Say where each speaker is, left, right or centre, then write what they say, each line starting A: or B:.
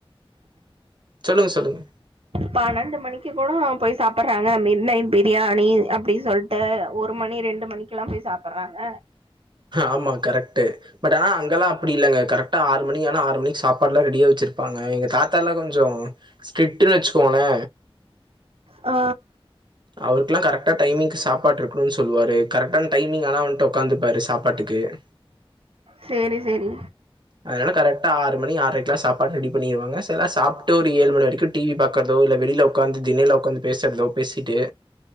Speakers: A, on the right; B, on the right.
A: சொல்லுங்க சொல்லுங்க
B: பன்னண்டு மணிக்கு கூட போய் சாப்பட்றாங்க மிட் நைட் பிரியாணி அப்டின் சொல் இப்ப ஒரு மணி ரெண்டு மணிக்கெல்லா போய் சாப்பட்றாங்க
A: ஆமா கரக்டு பட் ஆனா அங்கல்லா அப்டி இல்லங்க கரெக்டா ஆறு மணி ஆனா ஆறு மணிக்கு சாப்பாட்ல்லா ரெடியா வச்சிருப்பாங்க எங்க தாத்தால்லா கொஞ்சோ ஸ்ட்ன்னு வச்சுக்கோங்களே
B: ஆ
A: அவருக்கலா கரக்டா டைமிங்கு சாப்பாடு இருக்கணுனு சொல்லுவாரு கரெக்டான டைமிங் ஆனா வன்ட்டு உக்காந்துப்பாரு சாப்பாட்டுக்கு <inaudible>
B: சேரி சேரி
A: அதனால கரெட்டா ஆறு மணி ஆரைக்குலா சாப்பாடு ரெடி பண்ணிருவாங்க சிலா சாப்ட்டு ஒரு ஏழு மணி வரைக்கு டி வி பாக்கற்தோ இல்ல வெளில உக்காந்து திண்ணைல உக்காந்து பேசற்தோ பேசிட்டு